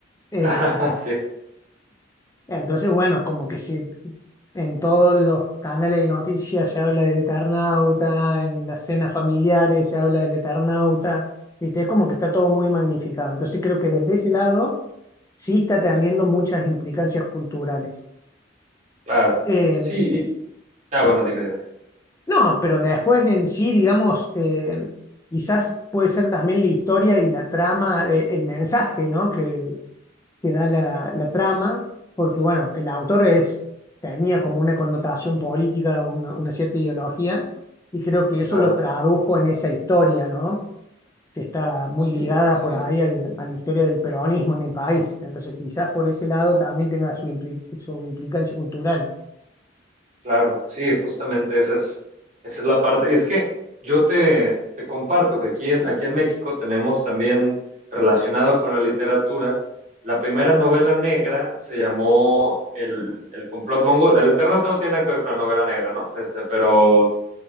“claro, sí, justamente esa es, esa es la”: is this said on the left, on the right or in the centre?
Right